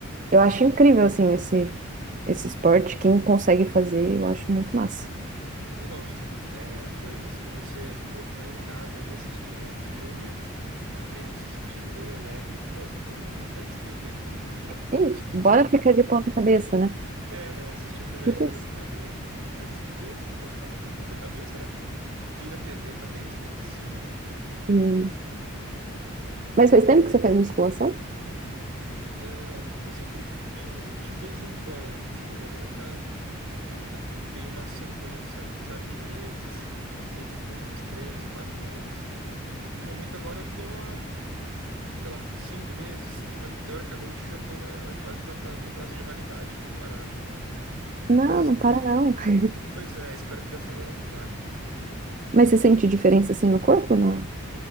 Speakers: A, on the right (about 35°); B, on the right (about 75°).
A: Eu acho incrível, assim, esse, esse esporte. Quem consegue fazer, eu acho muito massa.
B: Eu também gosto. É, coisas que você, pô, tá em casa ali assistindo um filme, tá meio se sentindo meio elétrico. Meu, vou fazer uma calistenia aqui rapidinho enquanto
A: É Isso,
B: eu assisto
A: bora
B: esse filme.
A: ficar de ponta cabeça, né?
B: É, assistir o filme
A: Tipo
B: ali de cabeça
A: isso.
B: pra cabeça, cabeça pra cabeça, opa, de ponta cabeça, né? Vira a TV também, se for preciso.
A: Hum. Mas faz tempo que você faz musculação?
B: É, eu sempre fiz de vez em quando, tipo, mas eu nunca, eu nunca dei uma sequência, sabe, de meses. Sempre fui, fiz três, quatro meses. No momento agora eu tô há, sei lá, cinco meses. pra- teoricamente já tô na, quase na pra- no prazo de validade pra parar, né?
A: Não,
B: Mas,
A: não para não. <laughs>
B: pois é, espero que dessa vez eu não pare.
A: Mas você sente diferença, assim, no corpo, na